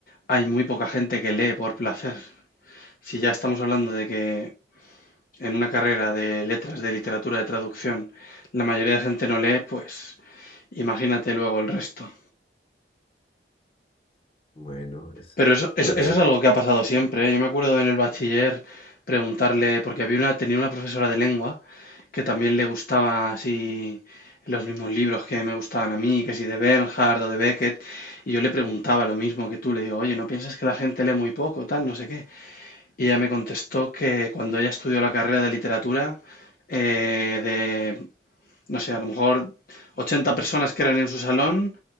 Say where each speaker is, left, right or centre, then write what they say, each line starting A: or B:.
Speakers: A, on the left; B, on the left.
A: hay muy poca gente que lee por placer. Si ya estamos hablando de que en una carrera de letras, de literatura, de traducción, la mayoría de gente no lee, pues imagínate luego el resto.
B: Bueno, es
A: Pero eso, eso,
B: fuerte
A: eso es algo que ha pasado siempre, ¿eh? Yo me acuerdo en el bachiller preguntarle, porque había una, tenía una profesora de lengua que también le gustaba así los mismos libros que me gustaban a mí, que si de Bernhard o de Beckett, y yo le preguntaba lo mismo que tú, le digo, oye, ¿no piensas que la gente lee muy poco, tal, no sé qué? Y ella me contestó que cuando ella estudió la carrera de literatura, eh, de, no sé, a lo mejor 80 personas que eran en su salón,